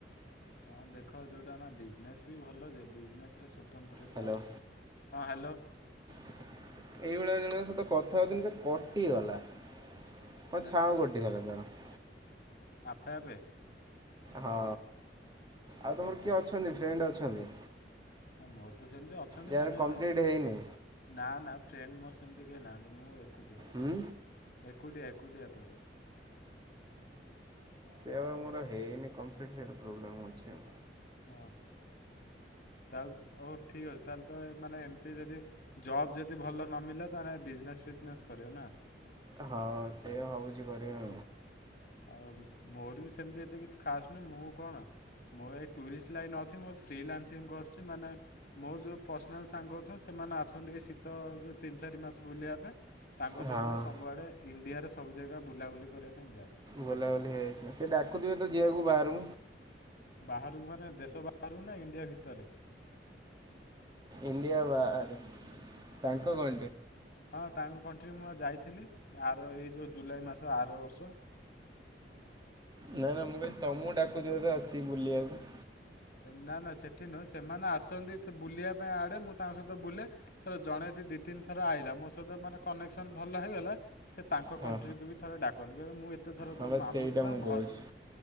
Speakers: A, on the left; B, on the right.
A: ହଁ ଦେଖ ଯୋଉଟା ନା ବିଜନେସ ବି ଭଲ ଯେ ବିଜନେସ ରେ ସତନ୍ତ୍ରତା
B: ହ୍ୟାଲୋ
A: ଅଛି ହଁ ହ୍ୟାଲୋ
B: ଏଇଭଳିଆ ଜଣଙ୍କ ସହିତ କଥା ହଉନି ସେ କଟିଗଲା ହ
A: ନା
B: ଛଉ
A: ସେ
B: କଟି ହେଲାାର <unintelligible>
A: ଆପେ ଆପେ
B: ହଁ ଆଉ ତୁମର
A: ହଁ
B: କିଏ ଅଛନ୍ତି ଫ୍ରେଣ୍ଡ ଅଛନ୍ତି?
A: ହଁ ମୋର ତ ସେମିତି ଅଛନ୍ତି
B: ଯାହାର
A: ମାନେ
B: କମ୍ପ୍ଲିଟ୍ ହେଇନି
A: ନା ନା ଫ୍ରେଣ୍ଡ ମୋର ସେମିତି କେହି ନାହାନ୍ତି ମୁଁ ଏକୁଟିଆ
B: ହୁଁ
A: ଏକୁଟିଆ ଏକୁଟିଆ ଏପଟେ
B: ସେୟାବା ମୋର ହେଇନି କମ୍ପ୍ଲିଟ୍ ସେଇଠୁ ପ୍ରୋବ୍ଲେମ୍ ହଉଛି।
A: ଓହୋ ତାହେଲେ ହଉ ଠିକ୍ ଅଛି ତାହେଲେ ତ ମାନେ ଏମିତି ଯଦି ଜବ୍ ଯଦି ଭଲ ନ ମିଳିଲା ତାହେଲେ ବିଜନେସ ଫିଜନେସ କରିବ ନା?
B: ହଁ ସେୟା ଭାବୁଛି କରିବା।
A: ଆଉ ମୋର ବି ସେମିତି ଏତେ କିଛି ଖାସ ନୁହଁ ମୁଁ କଣ ମୋର ଏ ଟୁରିଷ୍ଟ ଲାଇନ ଅଛି ମୋ ଫ୍ରିଲନ୍ସିଂ କରୁଛି ମାନେ ମୋର ଯୋଉ ପର୍ସନାଲ ସାଙ୍ଗ ଅଛନ୍ତି ସେମାନେ ଆସନ୍ତି ଏଇ ଶୀତ ଯୋଉ ତିନି ଚାରି ମାସ ବୁଲିବା ପାଇଁ ତାଙ୍କ
B: ହଁ
A: ସହିତ ମୁଁ ସବୁଆଡେ ଇଣ୍ଡିଆରେ ସବୁ ଜାଗା ବୁଲାବୁଲି କରିବା ପାଇଁ ଯାଏ --
B: ବୁଲାବୁଲି ହେଇଯାଇଛି ନା ସେ ଡାକୁଥିବେ ତ ଯିବାକୁ ବାହାରୁ
A: ବାହାରକୁ ମାନେ ଦେଶ ବାହାରକୁ ନା ଇଣ୍ଡିଆ ଭିତରେ?
B: ଇଣ୍ଡିଆ ବାହାରେର ତାଙ୍କ କ
A: ହଁ ତାଙ୍କ କର୍ଣ୍ଟି ମୁଁ ବା ଯାଇଥିଲି ଆର ଏଇ ଯୋଉ ଜୁଲାଇ ମାସ ଆର ବର୍ଷ
B: ନାଇଁ ନା ମୁଁ କହିଲି ତମକୁ ଡାକୁଛି ବୋଧେ ଆସିକି ବୁଲିବାକୁ।
A: ନା, ନା ସେଠି ନୁହେଁ ସେମାନେ ଆସନ୍ତି ବୁଲିବା ପାଇଁ ଇଆଡେ ମୁଁ ତାଙ୍କ ସହିତ ବୁଲେ ତ ଜଣେ ଦି ତିନି ଥର ଆଇଲା ମୋ ସହିତ ମାନେ କନେକ୍ସନ ଭଲ ହେଇଗଲା ସେ ତାଙ୍କ
B: ହଁ
A: କଣ୍ଟ୍ରିକୁ ବି ଥରେ ଡାକନ୍ତି ମୁଁ ଏତେ ଥର
B: ହଁ
A: ତ
B: ବାସ୍ ସେଇଟା
A: ମୁଁ ତ ତାଙ୍କ
B: କହୁଛି।
A: ଘର